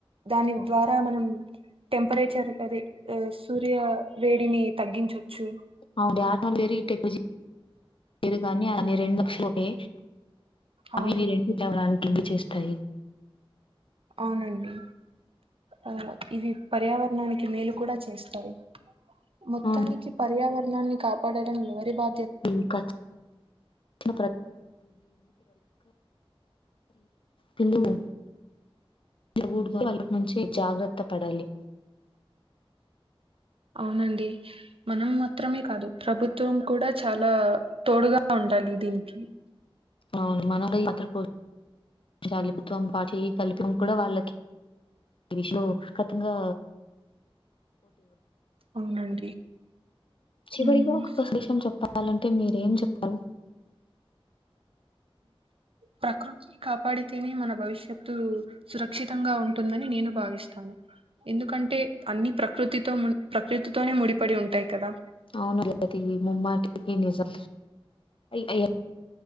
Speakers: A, on the right; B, on the left.
A: దాని ద్వారా మనం టెంపరేచర్ అదే సూర్య వేడిని తగ్గించొచ్చు
B: అవుండి ఆటమలు వేరు ఈ టెక్నాలజీ వేరు కానీ అన్ని రెండు లక్షలే
A: అవును
B: అవి ఇవి రెండు <unintelligible> కిన్లీ చేస్తాయి
A: అవును అండి ఆ ఇవి పర్యావరణానికి మేలు కూడా చేస్తాయి మొత్తానికి
B: అవును.
A: పర్యావరణ <unintelligible> కాపాడడం ఎవరి బా
B: ఇంకా <unintelligible> <unintelligible> పిల్లలు కూడదు <unintelligible> నుంచి జాగ్రత్ తపడాలి
A: అవును అండి మనం మాత్రమే కాదు ప్రభుత్వం కూడా చాలా తోడుగా ఉండాలి దీనికి
B: అవును మనమే మాత్ర పు జాలి ప్రభుత్వం కాయ్ చేయి కలిపి కూడా వాళ్ళకి విషు కథుంగా
A: అవునండి
B: చివరిగా
A: ఉమ్
B: ఒక విషయం చెప్పాలన్ అంటే మీరు ఏం చెప్పార్
A: యూ <unintelligible> కాపాడితేనే మన భవిష్యత్తు సురక్షితంగా ఉంటుందని నేను భావిస్తాను ఎందుకంటే అన్ని ప్రకృతితో ము ప్రకృతితోనే ముడిపడి ఉంటాయి కదా
B: అవును రేవతి ముమ్మాటికి నిజం అయి